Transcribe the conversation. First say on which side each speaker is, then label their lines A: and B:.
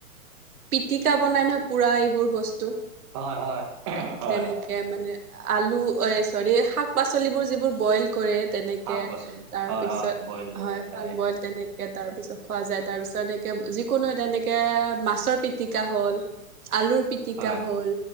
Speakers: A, on the right; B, on the right.
A: পিটিকা বনাই নহয়, পোৰা এইবোৰ বস্তু।
B: হয় হয়।
A: তে
B: হয়
A: তেনেকে
B: হয়।
A: মানে আলু এ চৰি শাক-পাচলিবোৰ যিবোৰ বইল কৰে তেনেকে
B: শাক পাচলি
A: তাৰপিছত
B: হয় হয় বইল কৰি
A: হয়
B: খায়
A: হাল বইল তেনেকে তাৰ পিছত খোৱা যায় তাৰ পিছ এতেকে যিকোনো তেনেকে মাছৰ পিটকা হ'ল, আলুৰ পি টিকা
B: হয়
A: হল,